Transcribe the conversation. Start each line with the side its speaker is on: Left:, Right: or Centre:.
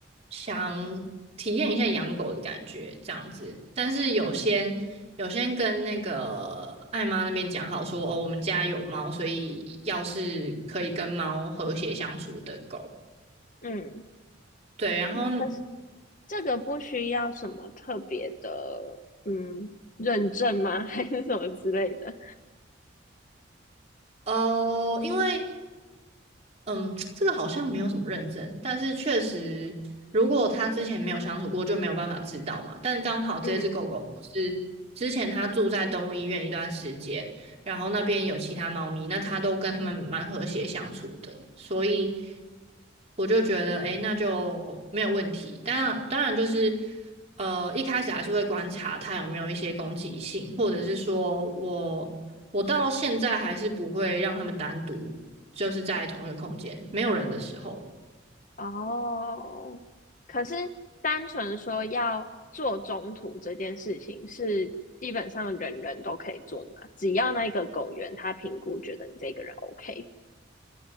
Right: 想体验一下养狗的感觉这样子，但是有先有先跟那个艾妈那边讲好说，哦，我们家有猫，所以要是可以跟猫和谐相处的狗，
Left: 嗯，
Right: 对，然后
Left: 可是这个不需要什么特别的，嗯，认证吗？<laughs> 还是什么之类的？
Right: 哦，因为嗯，这个好像没有什么认证，但是确实，如果他之前没有相处过，就没有办法知道嘛。但是刚好这只狗狗是之前它住在动物医院一段时间，
Left: 嗯
Right: 然后那边有其他猫咪，那它都跟它们蛮和谐相处的，所以我就觉得，诶，那就没有问题。但当然就是，呃，一开始还是会观察它有没有一些攻击性，或者是说我我到现在还是不会让它们单独。就是在同一个空间没有人的时候。
Left: 哦，可是单纯说要做中途这件事情，是基本上人人都可以做的嘛？只要那个狗员他评估觉得你这个人 OK。